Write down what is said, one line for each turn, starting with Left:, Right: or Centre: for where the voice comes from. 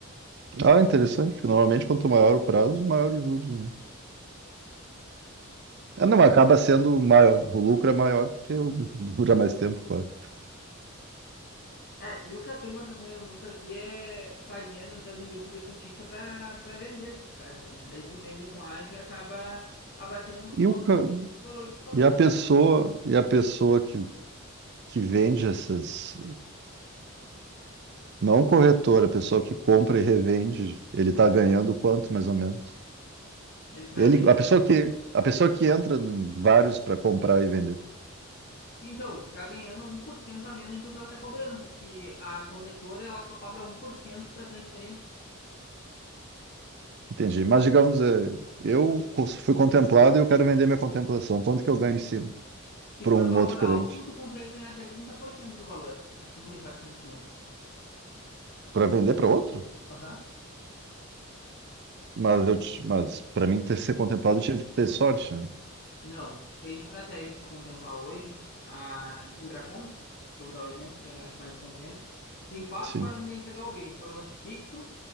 Right: Ah, interessante, porque normalmente quanto maior o prazo, maior os juros, né? Ah, não, acaba sendo maior, o lucro é maior porque o- <laughs> dura mais tempo, claro.
Left: É, e o que a turma tá fazendo muito aqui é fazendo, entrando em grupo de cotista pra, pra vender essas cartas, né? Daí tu vende com ágio e acaba abatendo todo
Right: E, o, ca-
Left: o valor que tu pagou.
Right: e a pessoa, e a pessoa que, que vende essas, não o corretor, a pessoa que compra e revende, ele está ganhando quanto, mais ou menos?
Left: Ele tá
Right: Ele,
Left: ganhando.
Right: a pessoa que, a pessoa que entra em vários para comprar e vender.
Left: Então, tá ganhando um por cento a menos do que ela tá cobrando, porque a corretora ela só cobra um por cento pra transferência.
Right: Entendi. Mas digamos, é, eu co- fui contemplado e eu quero vender minha contemplação. Quanto que eu ganho em cima
Left: Se
Right: para
Left: for
Right: um
Left: valor
Right: outro cliente?
Left: alto, tu consegue ganhar até 30% do valor, acima de 400 mil.
Right: Para vender para outro?
Left: Aham.
Right: Mas eu, ti- mas para mim ter ser contemplado, eu tive que ter sorte, né?
Left: Não, tem estratégia para contemplar hoje. A Embracon, que eu vou dar o exemplo, que é a que mais contempla, tem quatro
Right: Sim.
Left: formas de entregar o bem: por lance fixo,